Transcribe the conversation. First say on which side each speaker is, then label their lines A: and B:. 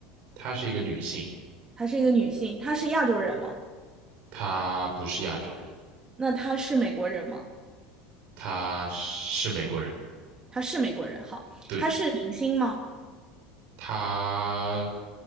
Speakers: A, on the right; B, on the right.
A: 她是一个女性，
B: 她是一个女性，她是亚洲人吗？
A: 她不是亚洲人，
B: 那她是美国人吗？
A: 她是美国人。
B: 她是美国人，好，
A: 对，
B: 她是明星吗？
A: 她，